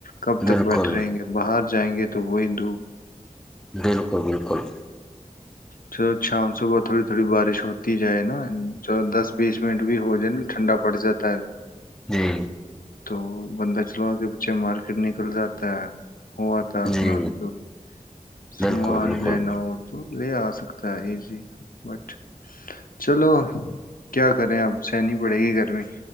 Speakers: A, on the left; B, in the centre.
A: کب تک
B: بالکل
A: بیٹھے رہیں گے باہر جائیں گے تو تو وہ ہندو
B: بالکل <inaudible>
A: چلو شام صبح تھوڑی تھوڑی بارش ہوتی جائے نا چ دس بیس منٹ بھی ہو جائے نا ٹھنڈا پڑ جاتا ہے
B: جی
A: تو بندہ لوگوں کے پیچھے مارکیٹ نکل جاتا ہے ہوا تھا اپنا
B: جی
A: جو بھی سامان
B: بالکل بالکل
A: لینا ہو تو لے آ سکتے ایزی بٹ چلو کیا کریں اب سہنی پڑے گی گرمی